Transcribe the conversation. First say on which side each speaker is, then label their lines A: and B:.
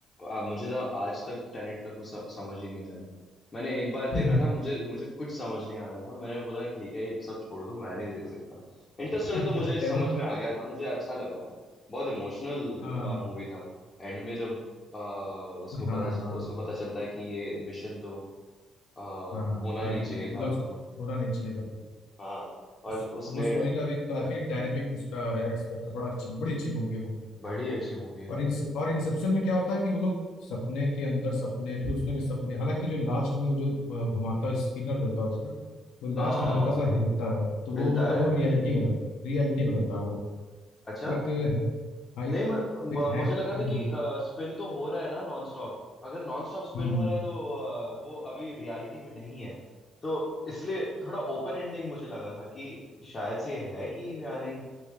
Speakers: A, on the left (about 30°); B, on the left (about 85°).
A: आ, मुझे तो आज तक टेनेट का कुछ स- समझ ही नहीं आया मैंने एक बार देखा
B: है
A: था मुझे मुझे कुछ समझ नहीं आ रहा था मैंने बोला ठीक है ये सब छोड़ दो मैं नहीं देख सकता इंटरस्टेलर
B: <laughs>
A: तो मुझे
B: टेनेट
A: समझ में आ गया था मुझे अच्छा लगा था बहुत इमोशनल
B: हाँ
A: मूवी था एंड में जब आ, उसको
B: हाँ
A: पता
B: हाँ
A: उसको पता चलता है कि ये मिशन तो आ, होना
B: हाँ बेटी
A: नहीं चाहिए
B: मतलब
A: था तो
B: उस- होना नहीं चाहिए था
A: हाँ और
B: उस
A: उसने
B: वो उस मूवी का भी काफी डायनेमिक उसका है एक्सपेक्ट बड़ा अच्छी बड़ी अच्छी मूवी है वो
A: बड़ी अच्छी मूवी है
B: और इन और इंसेप्शन में क्या होता है कि वो लोग सपने के अंदर सपने फिर उसमें भी सपने हालांकि जो लास्ट में वो जो अ, घुमाता है स्पिनर जो होता है उसका वो
A: हाँ
B: लास्ट में हल्का सा हिलता है तो वो
A: मिलता
B: मतलब
A: है
B: वो रियलिटी में रहता रियलिटी में रहता है वो
A: अच्छा
B: एक अ, हाँ, एक
A: नहीं म, म,
B: एक है
A: मुझे
B: हम्म,
A: लगा था
B: हम्म,
A: कि स्पिन तो हो रहा है ना नॉन स्टॉप अगर नॉन स्टॉप स्पिन
B: हम्म,
A: हो
B: हम्म।
A: रहा है तो अ, वो अभी रियलिटी में नहीं है तो इसलिए थोड़ा ओपन एंडिंग मुझे लगा था कि शायद से ये है कि या नहीं